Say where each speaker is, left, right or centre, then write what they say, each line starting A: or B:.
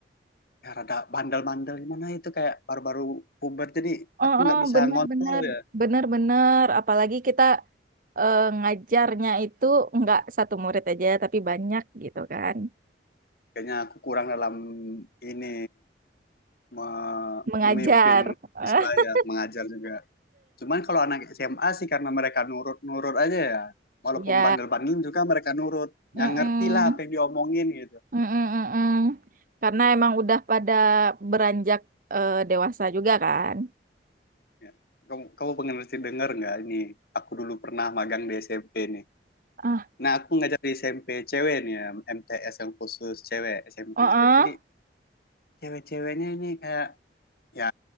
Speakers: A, on the left (about 60°); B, on the right (about 50°).
A: ya rada bandel-bandel gimana itu kayak baru-baru puber jadi
B: Oh,
A: aku
B: oh,
A: nggak bisa
B: benar-benar,
A: ngontrol ya
B: benar-benar. Apalagi kita eh, ngajarnya itu nggak satu murid aja, tapi banyak gitu kan.
A: kayaknya aku kurang dalam ini me-
B: Mengajar.
A: memimpin
B: <laughs>
A: siswa ya mengajar juga cuman kalau anak SMA sih karena mereka nurut-nurut aja ya walaupun
B: Iya.
A: bandel-bandel juga mereka nurut
B: mm
A: yang ngerti lah apa yang diomongin gitu
B: Mm-mm-mm. Karena emang udah pada beranjak eh, dewasa juga kan.
A: ya kamu kamu pengen mesti denger nggak ini aku dulu pernah magang di SMP nih
B: Ah,
A: nah aku ngajar di SMP cewek nih ya, MTS yang khusus cewek SMP
B: uh
A: khusus cewek jadi cewek-ceweknya ini kayak ya